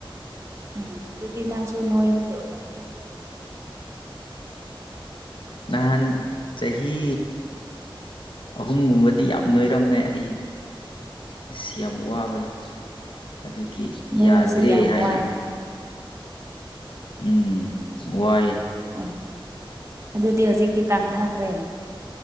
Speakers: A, on the right (about 35°); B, on the left (about 65°).
A: ꯎꯝ ꯑꯗꯨꯗꯤ ꯅꯪꯁꯨ ꯅꯣꯏꯕꯗ ꯑꯣꯏꯔꯛꯑꯅꯤ
B: ꯅꯍꯥꯟ ꯆꯍꯤ ꯑꯍꯨꯝꯒꯨꯝꯕꯗꯤ ꯌꯥꯝ ꯅꯣꯏꯔꯝꯃꯦ ꯑꯩ ꯑꯁ ꯌꯥꯝ ꯋꯥꯕꯅꯤ ꯑꯗꯨꯒꯤ
A: ꯅꯣꯏꯕꯁꯦ
B: ꯌꯥꯗ꯭ꯔꯦ
A: ꯌꯥꯝ
B: ꯍꯥꯏꯅ
A: ꯋꯥꯏ ꯍꯥꯏ
B: ꯎꯝ ꯋꯥꯏ
A: ꯎ ꯑꯗꯨꯗꯤ ꯍꯧꯖꯤꯛꯇꯤ ꯀꯥꯡꯊꯈ꯭ꯔꯦ